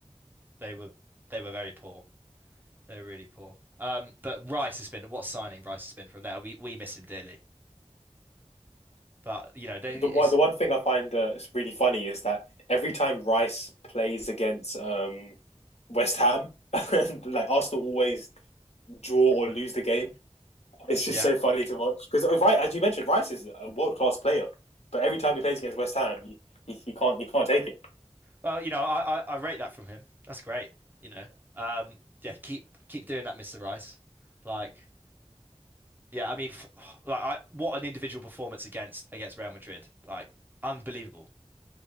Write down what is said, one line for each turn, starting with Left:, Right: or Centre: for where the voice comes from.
Right: They were they were very poor. They were really poor. Um, but Rice has been what signing Rice has been from there. We we miss him dearly. But you know, they
Left: The
Right: it's
Left: one, the one thing I find uh, is really funny is that every time Rice plays against um, West Ham, <laughs> like Arsenal always draw or lose the game. It's just
Right: yeah.
Left: so funny to watch because, right, as you mentioned, Rice is a world class player, but every time he plays against West Ham, he, he, he can't he can't take it.
Right: Well, you know, I, I I rate that from him. That's great. You know, um, yeah, keep keep doing that, Mr. Rice. Like, yeah, I mean, f <sighs> like, I, what an individual performance against against Real Madrid. Like, unbelievable,